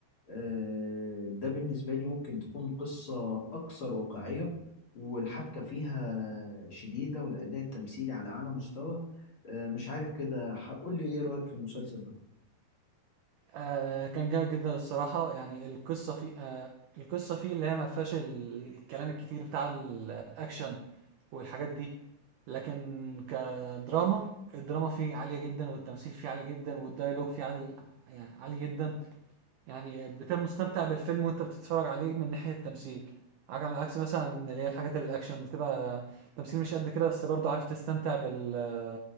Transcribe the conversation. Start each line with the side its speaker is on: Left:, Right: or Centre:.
Left: آه، ده بالنسبة لي ممكن تكون قصة أكثر واقعية والحبكة فيها شديدة والأداء التمثيلي على أعلى مستوى آه، مش عارف كده هقول لي إيه رأيك في المسلسل ده
Right: آه كان جامد جدا الصراحة يعني القصة فيه آه القصة فيه اللي هي ما فيهاش ال- الكلام الكتير بتاع الأكشن والحاجات دي لكن كدراما الدراما فيه عالية جدا والتمثيل فيه عالي جدا والديالوج فيه عالي يعني عالي جدا يعني بتبقى مستمتع بالفيلم وانت بتتفرج عليه من ناحية التمثيل على عكس مثلا اللي هي الحاجات الأكشن بتبقى تمثيل مش قد كده بس برضه عارف تستمتع بال...